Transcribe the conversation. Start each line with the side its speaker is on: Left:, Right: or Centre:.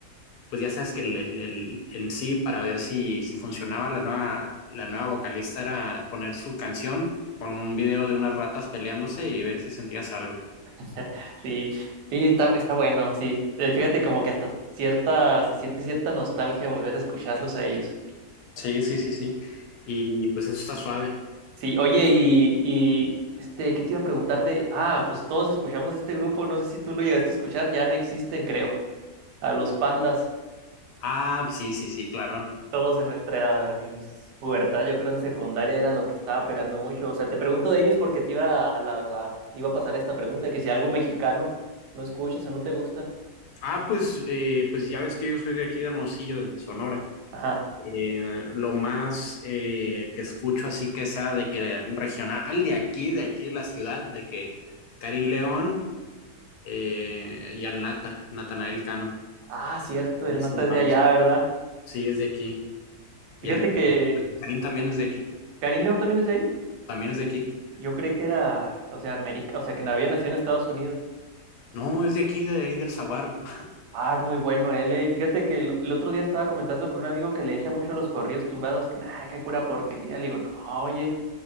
Left: pues ya sabes que el, el- el- en sí, para ver si, si funcionaba la nueva, la nueva vocalista, era poner su canción con un video de unas ratas peleándose y ver si sentías algo.
Right: <laughs> Sí, sí, está, está bueno, sí. Eh, Fíjate como que hasta cierta, se siente cierta nostalgia volver a escucharlos a ellos.
Left: Sí, sí, sí, sí. Y pues eso está suave.
Right: Sí, oye, y, y este, ¿qué te iba a preguntar de? Ah, pues todos escuchamos este grupo, no sé si tú lo llegaste a escuchar, ya no existen, creo. A los pandas,
Left: Ah, sí, sí, sí, claro.
Right: todos en nuestra ins- pubertad, yo creo en secundaria era lo que estaba pegando mucho. O sea, te pregunto de ellos porque te iba a, la, la- iba a pasar esta pregunta, que si algo mexicano no escuchas o no te gusta.
Left: Ah, pues, eh, pues ya ves que yo soy de aquí de Hermosillo, de Sonora.
Right: Ajá.
Left: Eh, lo más eh, que escucho así que sea de que regional de aquí, de aquí de la ciudad, de que Karim León eh, y al Nata, Natanael Cano,
Right: Ah, cierto,
Left: es
Right: el Nata
Left: Tumbados.
Right: es de allá, ¿verdad?
Left: Sí, es de aquí. Y
Right: Fíjate
Left: el
Right: que
Left: pues Karim también es de aquí.
Right: Karim León también es de ahí.
Left: También es de aquí.
Right: Yo creí que era, o sea, América, o sea, que no había nacido en Estados Unidos.
Left: No, es de aquí, de ahí del Saguaro.
Right: Ah, es muy bueno él, eh. Y fíjate que el, el otro día estaba comentando con un amigo que le echa mucho a los corridos tumbados, que nada, que pura porquería. Le digo, no, oye,